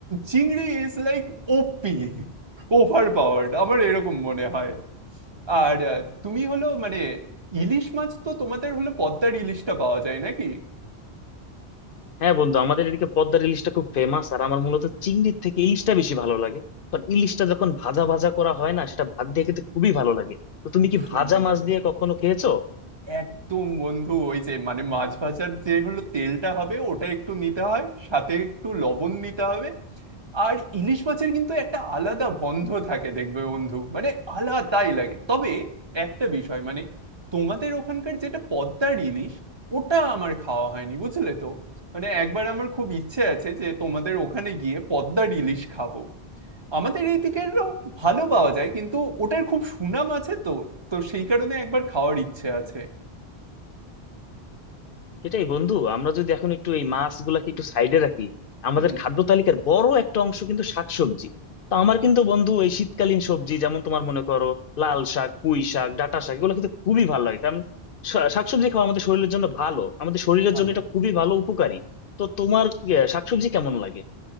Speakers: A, on the right; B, on the left.
A: চিংড়ি is like O P overpowered আমার এরকম মনে হয় আর আহ, তুমি হলো মানে ইলিশ মাছ তো তোমাদের হলো পদ্মার ইলিশটা পাওয়া যায় নাকি
B: হ্যাঁ বন্ধু আমাদের এদিকে পদ্মার ইলিশটা খুব ফেমাস আর আমার মূলত চিংড়ির থেকে ইলিশটা বেশি ভালো লাগে কারণ ইলিশটা যখন ভাজা ভাজা করা হয় না সেটা ভাত দিয়ে খেতে খুবই ভালো লাগে তো
A: খুব
B: তুমি কি
A: সুন্দর
B: ভাজা মাছ
A: লাগে
B: দিয়ে কখনো খেয়েছো
A: একদম বন্ধু ওই যে মানে মাছ ভাজার যে হলো তেলটা হবে ওটা একটু নিতে হয় সাথে একটু লবণ নিতে হবে আর ইলিশ মাছের কিন্তু একটা আলাদা গন্ধ থাকে দেখবে বন্ধু মানে আলাদাই লাগে তবে একটা বিষয় মানে তোমাদের ওখানকার যেটা পদ্মার ইলিশ ওটা আমার খাওয়া হয়নি বুঝলে তো মানে একবার আমার খুব ইচ্ছে আছে যে তোমাদের ওখানে গিয়ে পদ্মার ইলিশ খাবো আমাদের এইদিকেরও ভালো পাওয়া যায় কিন্তু ওটার খুব সুনাম আছে তো তো সেই কারণে একবার খাওয়ার ইচ্ছে আছে
B: সেটাই বন্ধু আমরা যদি এখন একটু এই মাছগুলাকে একটু সাইডে রাখি আমাদের
A: হুম
B: খাদ্য তালিকার বড় একটা অংশ কিন্তু শাকসবজি তো আমার কিন্তু বন্ধু এই শীতকালীন সবজি যেমন তোমার মনে করো লাল শাক পুঁই শাক ডাঁটা শাক এগুলো কিন্তু খুবই ভালো লাগে কারণ শা- শাকসবজি খাওয়া আমাদের শরীরের জন্য ভালো আমাদের শরীরের
A: ভালো
B: জন্য এটা খুবই ভালো উপকারী তো তোমার আহ, শাকসবজি কেমন লাগে